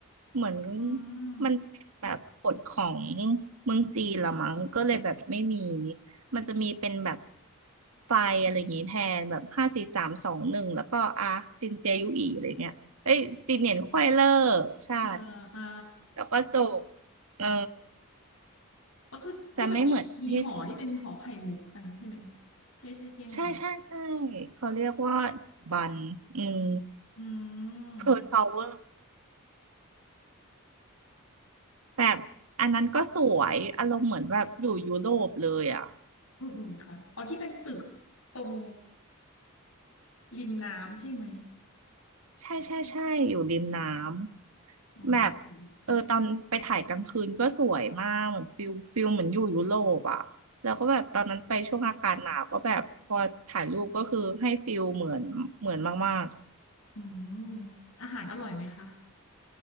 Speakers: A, on the right; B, on the left.
A: เหมือน
B: อืม
A: มันเป็นแบบกฎของเมืองจีนละมั้งก็เลยแบบไม่มีมันจะมีเป็นแบบไฟอะไรอย่างงี้แทนแบบห้าสี่สามสองหนึ่งแล้วก็อ่ะซินเจยุอีอะไรเงี้ย เอ้ยซีเนียร์ไขว้เลอร์ใช่
B: เอ่ออ่า
A: แล้วก็จบเออ
B: ก็คือที่มันมีมีหอที่เป็นหอไข่มุกอันนั้นใช่ไหม
A: จะไม่เหมือนประเทศอื่น
B: ใช่ใช่เซี่ยงไฮ้
A: ใช่ใช่ใช่เขาเรียกว่าบันอืม
B: อืม
A: เพิร์ลทาวเวอร์แบบอันนั้นก็สวยอารมณ์เหมือนแบบอยู่ยุโรปเลยอ่ะ
B: อืมอืมค่ะออที่เป็นตึกตรงริมน้ำใช่ไหม
A: ใช่ใช่ใช่อยู่ริมน้ำแบบ
B: อืมอืม
A: เออตอนไปถ่ายกลางคืนก็สวยมากเหมือนฟิลฟิลเหมือนอยู่ยุโรปอ่ะแล้วก็แบบตอนนั้นไปช่วงอากาศหนาวก็แบบพอถ่ายรูปก็คือให้ฟิลเหมือนเหมือนมาก
B: อืมอาหารอร่อยไหมคะ